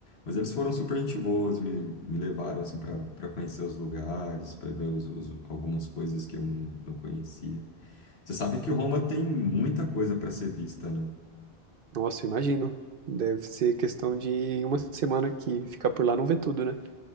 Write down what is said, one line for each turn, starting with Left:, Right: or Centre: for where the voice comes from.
Left: Mas eles foram super gente boas, me, me levaram, assim, para para conhecer os lugares, para ver os, os- algumas coisas que eu não, não conhecia. Você sabe que Roma tem muita coisa para ser vista, né?
Right: nossa, eu imagino. Deve ser questão de uma semana que ficar por lá não vê tudo, né?